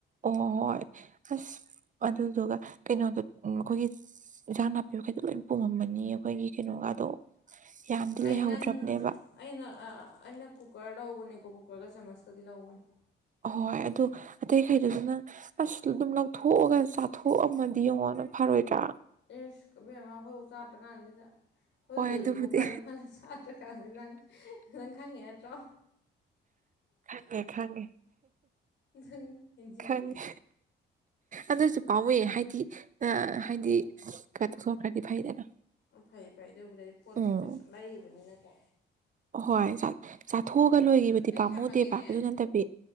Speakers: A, on the right (about 40°); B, on the left (about 65°).
A: ꯑꯣ ꯍꯣꯏ ꯑꯁ ꯑꯗꯨꯗꯨꯒ ꯀꯩꯅꯣꯗꯨ ꯎꯝ ꯑꯩꯈꯣꯏꯒꯤ ꯏꯟꯖꯥꯡ ꯅꯥꯄꯤꯈꯩꯗꯣ ꯂꯣꯏ ꯄꯨꯝꯃꯝꯃꯅꯤ ꯑꯩꯈꯣꯏꯒꯤ ꯀꯩꯅꯣꯒꯗꯣ ꯌꯥꯝꯗꯤ
B: ꯑꯩ
A: ꯂꯩꯍꯧꯗ꯭ꯔꯕꯅꯦꯕ
B: ꯅꯪ ꯑꯩꯅ ꯑꯩꯅ ꯀꯨꯀꯔ ꯂꯧꯕꯅꯦꯀꯣ ꯀꯨꯀꯔꯒ ꯆꯥꯃꯁꯀꯗꯤ ꯂꯧꯕꯅꯦ
A: ꯑꯍꯣꯏ ꯑꯗꯣ ꯑꯇꯩꯈꯩꯗꯨꯅ ꯅꯪ ꯑꯁꯗꯑꯗꯨꯝ ꯂꯧꯊꯣꯛꯑꯒ ꯆꯥꯊꯣꯛꯑꯝꯃꯗꯤ ꯌꯦꯡꯉꯣꯅ ꯐꯔꯣꯏꯗ꯭ꯔꯥ
B: ꯑꯦꯁ ꯏꯕ‍ꯦꯝꯃꯥ ꯑꯩꯈꯣꯏꯐꯥꯎ ꯆꯥꯗ꯭ꯔ ꯀꯥꯟꯁꯤꯗ ꯑꯩꯈꯣꯏꯒꯤ
A: ꯍꯣꯏ
B: ꯂꯩꯕꯗꯨꯕꯨ
A: ꯑꯗꯨꯕꯨꯗꯤ
B: ꯄꯜꯂ ꯄꯜꯂ ꯆꯥꯗꯔꯥ ꯈ ꯅꯪ ꯅꯪ ꯈꯪꯉꯤ ꯅꯠꯇ꯭ꯔꯣ
A: ꯈꯪꯉꯦ ꯈꯪꯉꯦ
B: ꯅꯪ ꯍꯦꯟꯖꯤꯜꯂꯦ
A: ꯈꯪꯉꯦ ꯑꯗꯨꯁꯨ ꯄꯥꯝꯃꯨꯢꯌꯦ ꯍꯥꯏꯗꯤ ꯑꯥ
B: ꯍꯣꯏ
A: ꯍꯥꯏꯗꯤ
B: ꯍꯣꯏ
A: ꯀꯩꯅꯣ ꯇꯧꯊꯣꯛꯈ꯭ꯔꯗꯤ ꯐꯩꯗꯅ
B: ꯎ ꯐꯩ ꯐꯩꯌ‌ꯦ ꯑꯗꯨꯕꯨꯗꯤ ꯄꯣꯠꯇꯣ
A: ꯎꯝ
B: ꯄꯩꯁꯥꯅ ꯂꯩꯕꯅꯤꯅꯀꯣ
A: ꯍꯣꯏ ꯆꯥꯊꯣꯛꯑꯒ ꯂꯣꯏꯈꯤꯕꯗꯤ
B: ꯑꯩ
A: ꯄꯥꯝꯃꯨꯗꯦꯕ
B: ꯊꯝꯃꯒꯦꯅꯦ
A: ꯑꯗꯨ ꯅꯠꯇꯕꯤ